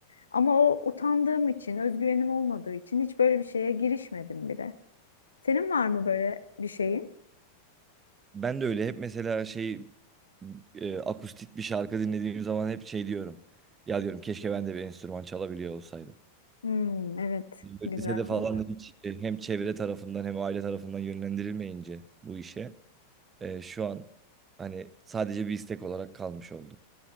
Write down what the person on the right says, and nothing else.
Ben de öyle hep mesela şey e, akustik bir şarkı dinlediğim zaman hep şey diyorum. Ya diyorum keşke ben de bir enstrüman çalabiliyor olsaydım.
Böyle
Lisede falan
da hiç e, hem çevre tarafından hem aile tarafından yönlendirilmeyince bu işe e, şu an hani sadece bir istek olarak kalmış oldu.